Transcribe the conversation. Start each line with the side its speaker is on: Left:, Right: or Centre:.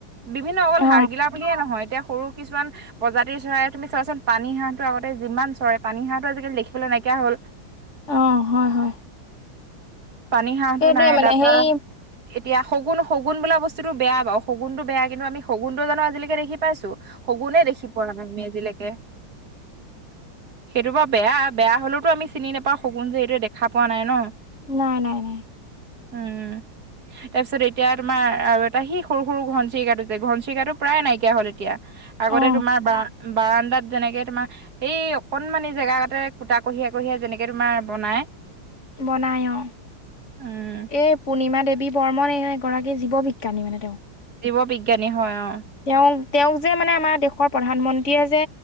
Right: বিভিন্ন অকল
Left: অ
Right: হাৰগিলা বুলিয়ে নহয় এতিয়া সৰু কিছুমান প্ৰজাতিৰ চৰাই তুমি চোৱাচোন পানী হাঁহটো আগতে যিমান চৰা পানী হাঁহটো আজিকালি দেখিবলে নাইকিয়া কা হ'ল।
Left: অ হয় হয়।
Right: পানী হাঁহটো
Left: সেইটোৱে
Right: নাই
Left: মানে
Right: তাপা
Left: সেই
Right: এতিয়া শগুণ শগুণ বোলা বস্তুটো বেয়া বাও, শগুণটো বেয়া কিন্তু আমি শগুটো জানো আজিলেকে দেখি পাইছোঁ? শগুনে দেখি পোৱা নাই আমি আজিলেকে। সেইটো বা বেয়া বেয়া হলেওতো আমি চিনি নোপাওঁ শগুণ যে এইটোৱে দেখা পোৱা নাই ন।
Left: নাই নাই নাই।
Right: উম। তাৰপিছত এতিয়া তোমাৰ আৰু এটা সি সৰু সৰু ঘন চিৰিকাটো যে ঘন চিৰিকাটো প্ৰায় নাইকিয়া হ'ল এতিয়া। আগতে
Left: অ
Right: তোমাৰ বা বাৰান্দাত যেনেকে তোমাৰ এই অকনমান এই জেগা তাতে কুটা কঢ়িয়া কঢ়িয়াই যেনেকে তোমাৰ বনাই।
Left: বনাই অ
Right: উম
Left: এ পূৰ্ণিমা দেৱ- বি বৰ্মন এই এগৰাকী জীৱ বিজ্ঞানী মানে তেওঁ।
Right: জীৱ বিজ্ঞানী হয় অ।
Left: তেওঁ তেওঁক যে মানে আমাৰ দেশৰ প্ৰধানমন্ত্ৰীয়ে যে